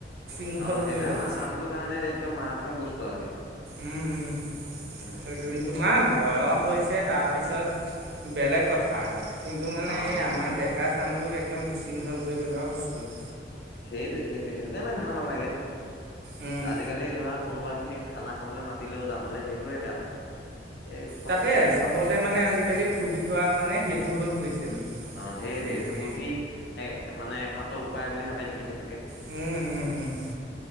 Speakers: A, on the right; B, on the left.
A: <inaudible>
B: অ, সেইটো
A: পেলাই
B: আমাৰ চামটোৰ কাৰণে একদম মাৰাত্মক বস্তু আৰু সেইটো।
A: উম, হম হ,
B: উম,
A: সেই কি
B: এ-
A: তুমা বয়স হৈছে তাৰপিছত বেলেগ কথা কিন্তু মানে
B: অ,
A: এই
B: সেই
A: আমাৰ ডেকা আচাম টোক একদম বিশৃংখল কৰি পেলোৱা বস্তুৱে
B: সেইটো, সেইটো, সেইটো কাৰণে ভাল নালাগে
A: উম
B: আজিকালি ধৰক। কোনোবা খিনিত খানা খাবলৈ মাতিলেও যাবলৈ সেইটোয়ে বেয়া লাগে। এই ফটকে
A: তাতে চবতে মানে আজিকালি ফূৰ্তি কৰা মানে সেইটো হৈ পৰিছে মানে।
B: অ, সেইটয়ে
A: গোটেইখন
B: ফূৰ্তি এ মানে একমাত্ৰ উপায় বুলি ভাবে নেকি সেইটোকে।
A: উম, হুম, হুম। হুম